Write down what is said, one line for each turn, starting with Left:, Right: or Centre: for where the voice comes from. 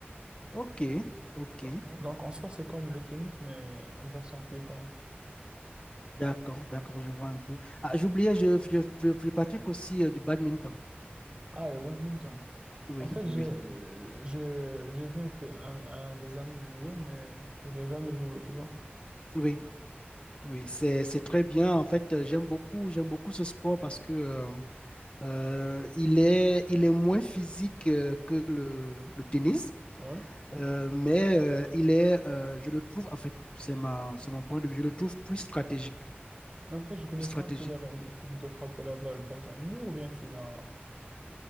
Left: Ok, ok.
Right: Donc, donc, en soi, c'est comme le tennis, mais en version plus fun.
Left: D'accord, d'accord, je vois un peu. Ah,
Right: Ouais.
Left: j'oubliais, je, je, je- je pratique aussi euh, du badminton.
Right: Ah, le badminton.
Left: Oui,
Right: En fait,
Left: oui,
Right: j'ai euh,
Left: oui.
Right: je- j'ai vu un peu un, un des amis le jouer, mais je n'ai jamais joué, tu vois.
Left: Oui, oui, c'est, c'est très bien. En fait, euh, j'aime beaucoup, j'aime beaucoup ce sport parce que euh, euh, il est, il est moins physique euh, que le, le tennis,
Right: Ouais.
Left: euh, mais euh, il est, euh, je le trouve, en fait, c'est ma, c'est mon point de vue, je le trouve plus stratégique,
Right: En fait, je connais
Left: plus stratégique.
Right: pas un peu les règles. Est-ce que tu dois frapper la balle dans un mur ou bien tu la...